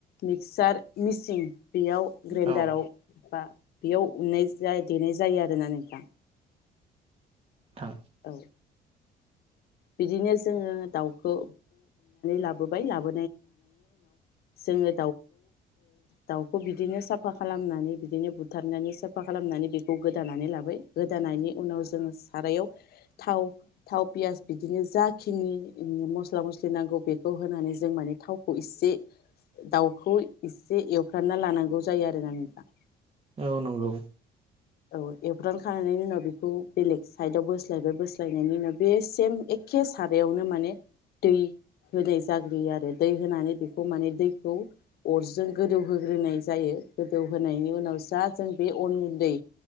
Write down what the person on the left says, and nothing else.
मिक्सार मिसिन बेयाव ग्रेन्डाराव
बा बेयाव उननाय, देनाय जायो आरोना नोंथां।
औ बिदिनो जोङो दाउखौ लाबोबाय, उनाव जोङो दाउखौ बिदिनो साफा खालामनानै बिदिनो बुथारनानै साफा खालामनानै बेखौ गोदानानै लाबाय, गोदानायनि उनाव जोङो सारायाव थाव थाव पियास बिदिनो जाखिनि मस्ला मस्लि नांगौ बेखौ होनानै जों माने थावखौ इसे दाउखौ एसे एवफ्रानना लानांगौ जायो आरो ना नोंथां।
औ एवफ्रांखांनायनि उनाव बेखौ बेलेग साइदआव बोस्लायबाय बोस्लायनायनि उनाव बे सेम एखे सारायावनो माने दै होनाय जाग्रोयो आरो। दै होनानै बेखौ माने दैखौ अरजों गोदौहोग्रोनाय जायो गोदौहोनायनि उनाव जा जों बे अन गुन्दै